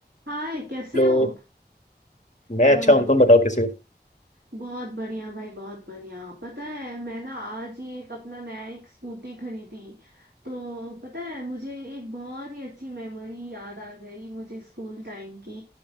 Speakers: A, on the right; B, on the left.
A: हाय कैसे
B: Hello
A: हो
B: मैं
A: Hello
B: अच्छा
A: hello
B: हूँ तुम बताओ कैसे हो
A: बहुत बढ़िया भाई बहुत बढ़िया पता है मैं ना आज ही एक अपना नया एक स्कूटी खरीदी तो पता है मुझे एक बहुत ही अच्छी मेमोरी याद आ गई मुझे स्कूल टाइम की